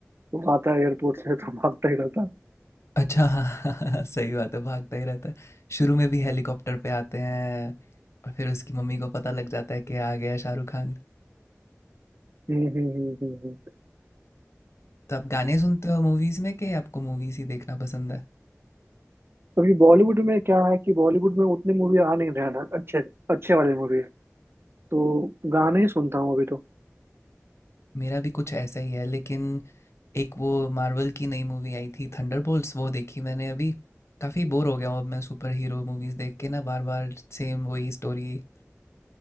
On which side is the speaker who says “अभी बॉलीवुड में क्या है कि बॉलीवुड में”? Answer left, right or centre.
Right